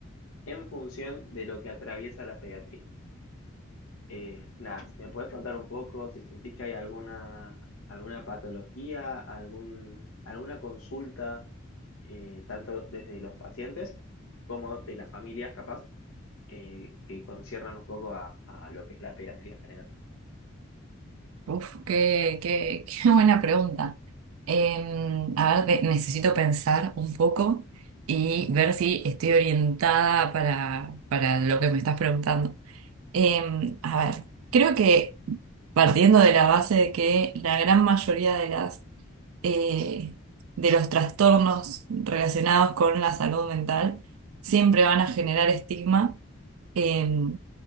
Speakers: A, on the left; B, on the right.
A: en función de lo que atraviesa la pediatría. Eh, nada, ¿me puedes contar un poco si sentís que hay alguna, alguna patología, algún, alguna consulta, eh, tanto desde los pacientes como de las familias, capaz, eh, que conciernan un poco a, a lo que es la pediatría en general?
B: Uf, qué, qué, qué buena pregunta. Eh, a ver, de- necesito pensar un poco y ver si estoy orientada para, para lo que me estás preguntando. Eh, a ver, creo que partiendo de la base de que la gran mayoría de las eh, de los trastornos relacionados con la salud mental siempre van a generar estigma. Eh,